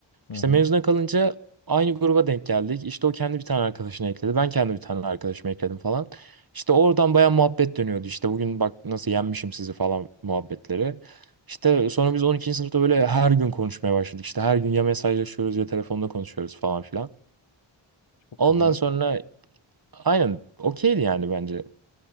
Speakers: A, on the left; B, on the right.
A: Hı
B: İşte
A: hı.
B: mezuna kalınca aynı gruba denk geldik. İşte o kendi bir tane arkadaşını ekledi. Ben kendi bir tane arkadaşımı ekledim falan. İşte oradan baya muhabbet dönüyordu. İşte bugün bak nasıl yenmişim sizi falan muhabbetleri. İşte sonra biz 12. sınıfta böyle her gün konuşmaya başladık. İşte her gün ya mesajlaşıyoruz ya telefonda konuşuyoruz falan filan.
A: Çok
B: Ondan
A: güzel.
B: sonra aynen okeydi yani bence.